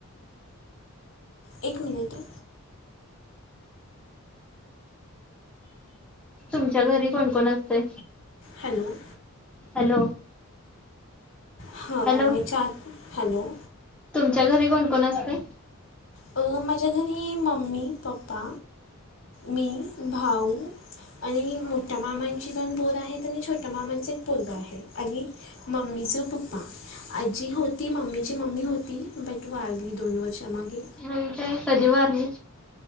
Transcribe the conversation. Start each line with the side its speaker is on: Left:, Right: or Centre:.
Left: एक मिनिट हा.
Centre: तुमच्या घरी कोण कोण असतंय?
Left: हॅलो.
Centre: हॅलो.
Left: हा
Centre: हॅलो
Left: मी चार हॅलो
Centre: तुमच्या घरी कोण-कोण असतय?
Left: अ माझ्या घरी मम्मी, पप्पा, मी भाऊ आणि मोठ्या मामांची दोन पोरं आहेत आणि छोट्या मामांच एक पोरगा आहे आणि मम्मीचा पप्पा आजी होती मम्मीची मम्मी होती बट वारली दोन वर्षा मागे.
Centre: <unintelligible> कधी वारली?